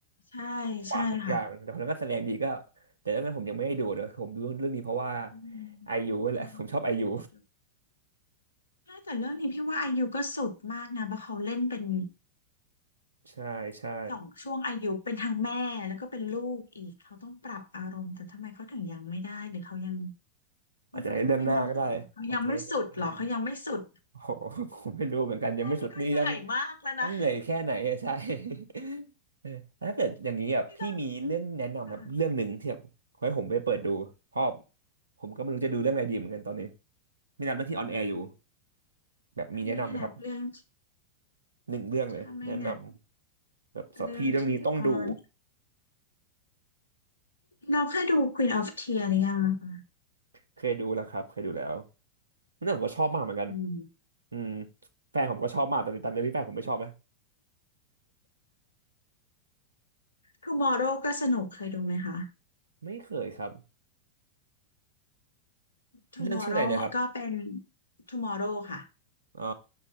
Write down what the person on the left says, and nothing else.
ใช่ใช่ค่ะ
อืม
ใช่พี่ยังไม่ได้ดูถ้าแต่เรื่องนี้พี่ว่าอายุก็สุดมากนะเพราะเขาเล่นเป็น
สองช่วงอายุเป็นทั้งแม่แล้วก็เป็นลูกอีกเขาต้องปรับอารมณ์แต่ทำไมเขาถึงยังไม่ได้หรือเขายังพี่ก็ไม่มั่นใจว่าเขายังไม่สุดหรอเขายังไม่สุด
แค่นี้ก็เหนื่อยมากแล้วนะ
พี่ต้องค่ะ
ถ้าไม่นับเรื่อง
ถ้าไม่นับ
เรื่องที่ออนเราเคยดู Queen of Tears หรือยังนะคะ
อืม
Tomorrow ก็สนุกเคยดูไหมคะ
Tomorrow
ก็เป็น Tomorrow ค่ะ